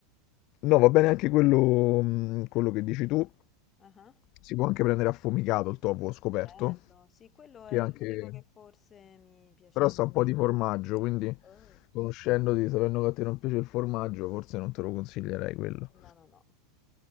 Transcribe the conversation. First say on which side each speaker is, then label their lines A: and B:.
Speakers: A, on the left; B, on the left.
A: no, va bene anche quello, mh, quello che dici tu.
B: ah,
A: Si può anche prendere affumicato il tofu, ho scoperto.
B: Bello, sì, quello
A: Che
B: è
A: anche.
B: l'unico che forse mi piaceva.
A: Però sta un po' di formaggio, quindi
B: Oh.
A: conoscendoti, sapendo che a te non piace il formaggio, forse non te lo consiglierei quello.
B: No, no, no.